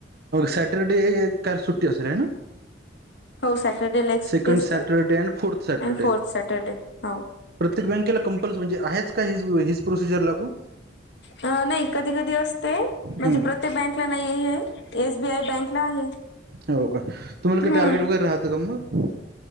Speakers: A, on the right; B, on the left.
A: सॅटर्डे तर सुट्टी असेल ना.
B: हो सॅटर्डेला एक सुट्टी
A: सेकंड
B: असते
A: सॅटरडे अँड फोर्थ सॅटरडे.
B: आणि फोर्थ सॅटर्डे हो
A: प्रत्येक बँकेला कंपल् म्हणजे आहेच का ह हीच प्रोसिजर लागू
B: अ नाही कधी कधी असते म्हणजे
A: हं,
B: प्रत्ये बँकला नाही हे एसबीआय बँकला आहे.
A: हो का तुम्हाला काही
B: हम्म
A: टार्गेट वगैरे राहतं का मग